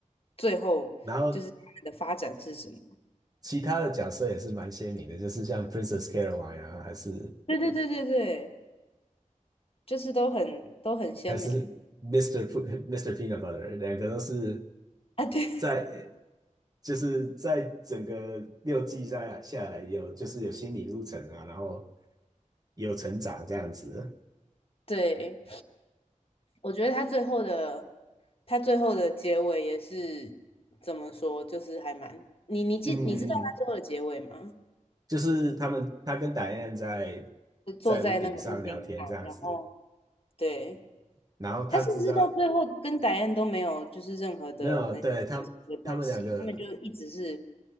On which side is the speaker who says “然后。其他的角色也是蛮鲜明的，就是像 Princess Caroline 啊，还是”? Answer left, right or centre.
Right